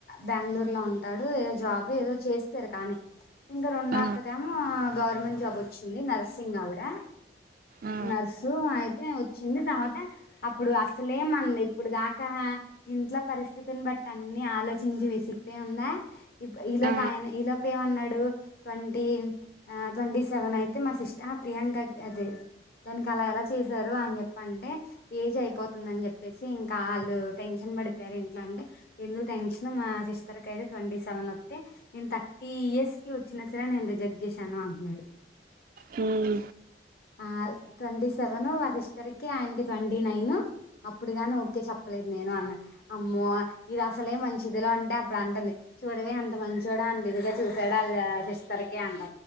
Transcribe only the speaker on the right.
ఆ
ఆ
ఆ
మ్మ్